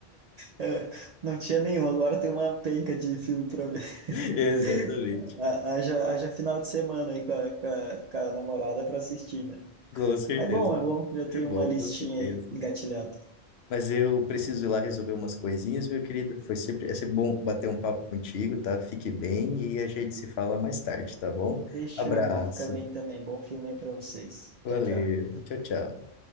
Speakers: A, on the right; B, on the left.
A: É, Não tinha nenhum, agora tem uma penca de filme pra ver. <laughs>
B: <laughs> Exatamente.
A: Ha- Haja, haja final de semana aí com a, com a, com a namorada pra assistir, né?
B: Com certeza.
A: Mas é bom, é bom. Já
B: É
A: tem
B: bom,
A: uma listinha
B: com certeza.
A: aí engatilhada.
B: Mas eu preciso ir lá resolver umas coisinhas, meu querido. Foi sempre, é sempre bom bater um papo contigo, tá? Fique bem e a gente se fala mais tarde, tá bom?
A: Fechou,
B: Abraço.
A: irmão. Fica bem também. Bom filme aí pra vocês.
B: Valeu.
A: Tchau, tchau.
B: Tchau, tchau.